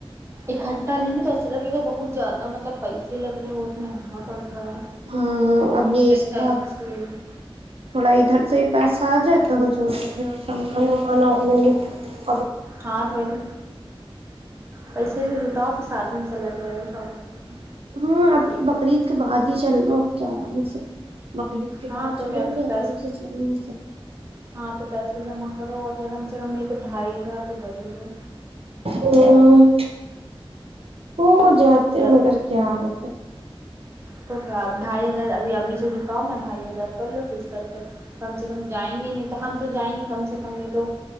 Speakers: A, on the right; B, on the right.
A: اکٹھا لیں گے تو ایسا لگے گا بہت زیادہ مطلب پیسے لگ رہے ہیں بہت مہنگا پڑ رہا ہے
B: ہاں اب
A: تو
B: یہ
A: سے
B: اس
A: اچھا
B: کا
A: ابھی سے لے لیں
B: تھوڑا ادھر سے پیسہ جائے تم سوچ سامان وامان آ
A: ہاں تو ویسے پیسے سے جتا ساتھ میں چلا جائے گا شاپنگ کے لی
B: ہوں ابھی بک بقرید کے بعد ہی چلناا ا کے آرام سے بقرید کے
A: ہاں
B: بعد
A: تو
B: چلیں
A: کیا
B: گے
A: پیسے
B: آرام سے چلیں گے سب
A: ہاں تو پیسے جمع کرو اور یا کم سے کم تو ڈھائی ہزار تو کر ہی لے
B: سب ہو جاتے مگر
A: بھی
B: کیا بت ہے
A: تو کیا اب ڈھائی ہزار ابھی ابھی سے جٹاؤ نا ڈھائی ہزار کر لو کس کرتے کم سے کم جائیں گے نہیں تو ہم تو جائیں گے کم سے کم نہیں تو